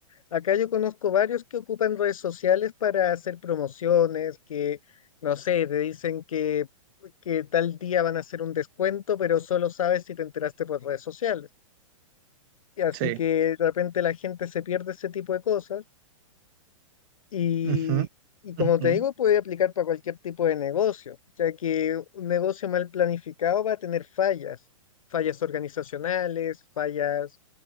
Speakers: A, on the left (about 75°); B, on the right (about 35°).
A: Acá yo conozco varios que ocupan redes sociales para hacer promociones, que, no sé, te dicen que, que tal día van a hacer un descuento, pero solo sabes si te enteraste por redes sociales. Y así
B: Sí.
A: que de repente la gente se pierde ese tipo de cosas y,
B: Ujú.
A: y como
B: Ujú.
A: te digo, puede aplicar para cualquier tipo de negocio, ya que un negocio mal planificado va a tener fallas, fallas organizacionales, fallas